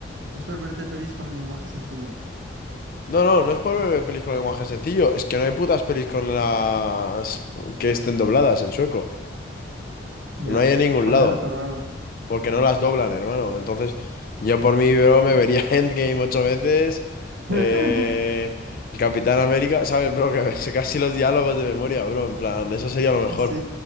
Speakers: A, on the right (about 75°); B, on the left (about 50°).
A: es por verte pelis con lenguaje sencillo.
B: No, no, no es por verme pelis con lenguaje sencillo. Es que no hay putas pelis con las que estén dobladas en sueco.
A: Ya.
B: No hay en ningún
A: Joder,
B: lado.
A: todo raro.
B: Porque no las doblan, hermano. Entonces, yo por mí, bro, me vería <laughs> Endgame ocho veces. Eh...
A: <laughs>
B: El Capitán América, ¿sabes, bro? Que me sé casi los diálogos de memoria, bro. En plan, eso sería lo mejor.
A: Sí.